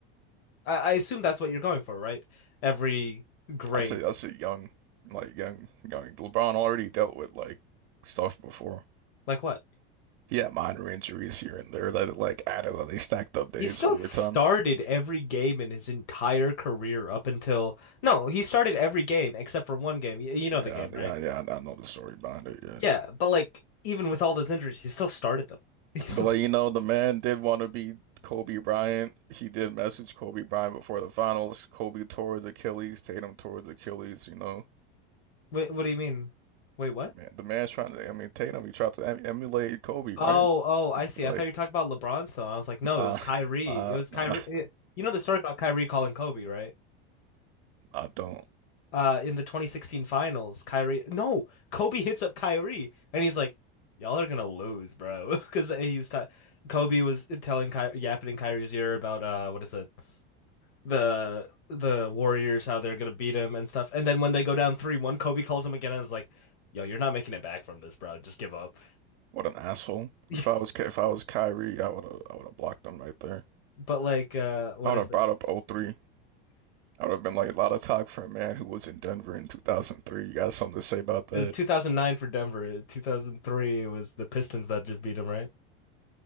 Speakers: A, on the left (about 80°); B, on the right (about 65°).
A: I, I assume that's what you're going for, right? Every great,
B: I say I say young, like young young LeBron already dealt with like stuff before.
A: Like what?
B: He had minor injuries here and there that like added when they stacked up days
A: He still
B: over
A: started
B: time.
A: every game in his entire career up until no, he started every game except for one game. You, you know the
B: Yeah,
A: game, right?
B: yeah, yeah. I I know the story behind it. Yeah,
A: Yeah, but like even with all those injuries, he still started them. <laughs> He still
B: but like you know, the man did want to be Kobe Bryant. He did message Kobe Bryant before the finals. Kobe tore his Achilles. Tatum tore his Achilles. You know,
A: Wait, what do you mean? Wait, what?
B: the man, the man's trying to. I mean, Tatum, he tried to em emulate Kobe,
A: Oh,
B: right?
A: oh, I see.
B: Like,
A: I thought you were talking about LeBron still. I was like, no,
B: nah,
A: it was Kyrie.
B: nah,
A: It was Kyrie.
B: nah, nah,
A: It- you know the story about Kyrie calling Kobe, right?
B: I don't.
A: uh in the 2016 finals, Kyrie no, Kobe hits up Kyrie and he's like, Y'all are gonna lose, bro. <laughs> Because he was t Kobe was telling Kyrie yapping in Kyrie's ear about uh what is it? The the Warriors, how they're gonna beat him and stuff. And then when they go down 3-1, Kobe calls him again and is like, Yo, you're not making it back from this, bro. Just give up.
B: What an asshole.
A: <laughs>
B: If I was Ka- if I was Kyrie, I would have I would have blocked him right there.
A: But like uh what
B: I would
A: is
B: have
A: it?
B: brought up O three. I would have been like, a lot of talk for a man who was in Denver in 2003. You got something to say about that?
A: It was 2009 for Denver. 2003 it was the Pistons that just beat him, right?